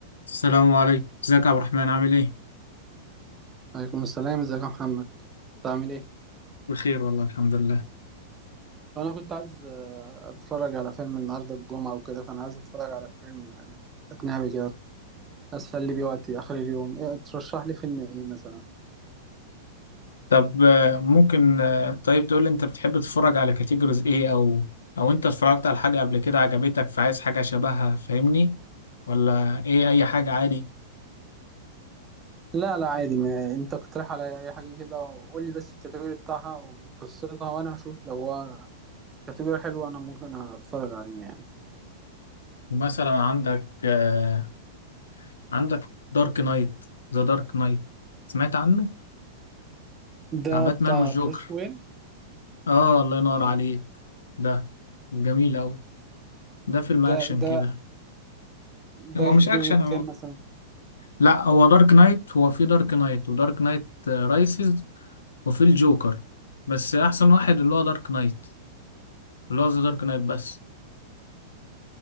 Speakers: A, on the left (about 75°); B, on the right (about 25°).
A: السلام عليكم ازيك يا عبد الرحمن عامل ايه
B: عليكم السلام ازيك يا محمد انت عامل ايه
A: بخير والله الحمد لله
B: انا كنت عايز آه، اتفرج على فيلم النهارده الجمعه وكده فانا عايز اتفرج على فيلم آه، اجنبي كده اسلي بيه وقتي اخر اليوم إيه ترشح لي فيلم ايه مثلا
A: طب آه، ممكن آه، طيب تقول لي انت بتحب تتفرج على كاتيجوريز ايه او او انت اتفرجت على حاجة قبل كده عجبتك فعايز حاجة شبهها فاهمني ولا ايه اي حاجة عادي
B: لا لا عادي ما انت اقترح عليا اي حاجه كده وقول لي بس الكاتيجوري بتاعها وقصتها وانا هشوف لو هو كاتيجوري حلو انا ممكن اتفرج عليه يعني
A: مثلا عندك آه، عندك دارك نايت ذا دارك نايت سمعت عنه
B: ده
A: بتاع باتمان
B: بتاع
A: والجوكر
B: بروس وين
A: اه الله ينور
B: اه
A: عليك ده جميل اوي ده فيلم اكشن
B: ده ده
A: كده
B: ده
A: هو
B: الجزء
A: مش اكشن
B: الكام مثلا
A: لا هو دارك نايت هو في دارك نايت ودارك نايت رايسز وفي الجوكر بس احسن واحد اللي هو دارك نايت اللي هو ذا دارك نايت بس